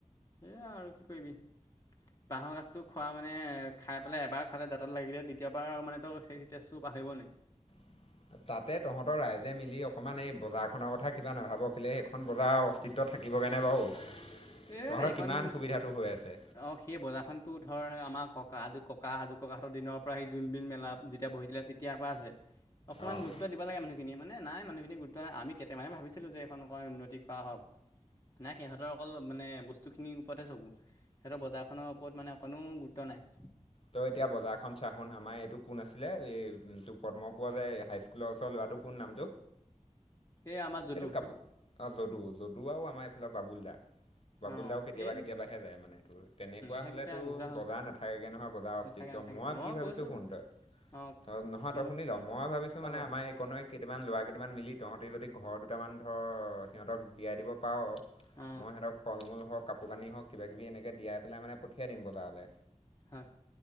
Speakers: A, on the left; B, on the left.
A: এই আৰু কি কৰিবি বাঁাহৰ গছটো খোৱা মানে খাই পেলাই এবাৰ খালে দাঁত লাগিলে দ্বীয়াৰ মানে ত আহিব নেকি
B: <inaudible> তাতে তহঁতৰ ৰাইজে মিলি অকমান এই বজাৰখনৰ কথা কিবা নাভাব খিলে সেইখন বজাৰ অস্তিত্ব থাকে থাকিবগৈনে বাৰু
A: এ
B: তহঁতৰ
A: সেইখন
B: কিমান সুবিধাটো হৈ আছে
A: অ সেই বজাৰখনতো ধৰ আমাক ককাজ ককা সাজু ককাহঁতৰ দিনৰ পৰা সি যোনবিল মেলা যেতিয়া বহিছিলে তেতিয়াৰ পৰা আছে অকমান
B: অঁ
A: গুৰুত্ব দিব লাগে মানহখিনিয়োনে নাই মানুহখিনি গুৰুত্ব নাই আমি কেইটামানে ভাবিছিলো যে এইেইখনক উন্নতি কৰা হওক না সিহঁতৰ অকল মানে বস্তুখিনিৰ ওপৰতহে চকোঁ সিহঁতৰ বজাৰখনৰ ওপৰত মানে অকণো গুৰুত্ব নাই
B: তই এতিয়া বজাৰখন চ শুন আমাৰ এইটো কোন আছিলে এটো পদ্মপুৰ যে হাইস্কুলৰ ওচৰ ল'ৰা আৰুটো কোন নামটো
A: এই আমাৰ যদু
B: এইটো কাপোৰ অ যদু যদু আৰু আমাৰ এইফালে বাবুল দা বাবুল
A: অঁ
B: দাও কেতিয়াবা
A: এই
B: কেতিয়াবাহে যায় মানে এইোৰ তেনেকুৱা
A: সেইকেইটা
B: হলেতো
A: নোযোৱা হ'ল।
B: বজাৰ নাথাকেগে নহয় বজাৰ অস্তিত্ব
A: নাথাকে নাথাকে
B: মই কি ভাবিছো
A: কৈছোঁ
B: ফোন তই
A: অঁ
B: ত নহয়
A: কচোন
B: তই
A: বাৰু
B: শুনি ল মই ভাবিছো
A: ক
B: মানে
A: ক।
B: আমাৰ এককনে কেইটামান ল কেইটামান মিলি তহঁতি যদি ঘৰ দুটামান ধৰ সিহঁতক দিয়াই দিব পাৰ
A: অঁ
B: মই সিহঁতক ফল মূল হক কাপোৰ কানি হওক কিব কিবি এনেকে দিয়াই পেলাই মানে পঠিয়াই দিম বজাৰলৈ
A: হয়